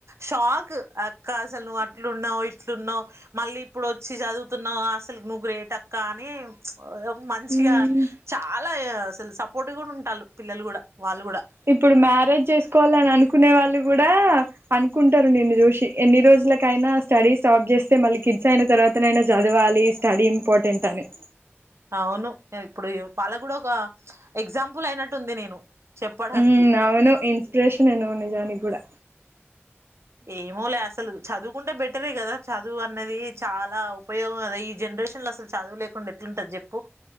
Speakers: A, on the right; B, on the right.
A: షాక్. అ కాసల్ నువ్వు అట్లున్నావు ఇట్ ఇట్లున్నావ్ మళ్ళీ ఇప్పుడు వచ్చి చదువుతున్నావు అసలు నువ్వు గ్రేటక్క అని ఓ మంచిగా
B: ఉమ్
A: చాలా లా అసలు సపోర్ట్ కూడా ఉంటాలు పిల్లలు కూడా వాళ్ళు కూడా
B: ఇప్పుడు మ్యారేజ్ చేసుకోవాలని అనుకునే వాళ్ళు కూడా అనుకుంటారు నిన్ను చూసి ఎన్ని రోజులకైనా స్టడీ స్టాప్ చేస్తే మళ్ళీ కిడ్స్ అయిన తర్వాతనైనా చదవాలి స్టడీ ఇంపార్టెంట్ అని
A: అవును ఇప్పుడు వాళ్ళ కూడా ఒక ఎగ్జాంపుల్ అయినట్టు ఉంది నేను చెప్పడానికి
B: మ్మ్ అవును ఇన్స్పిిరేషనే నువ్వు నిజానిక్కూడా
A: ఏమో లే అసలు చదువుకుంటే బెటరే కదా చదువు అన్నది. చాలా ఉపయోగం గద ఈ జనరేషన్ లో అసలు చదువు లేకుండా ఎట్లుంటది చెప్పు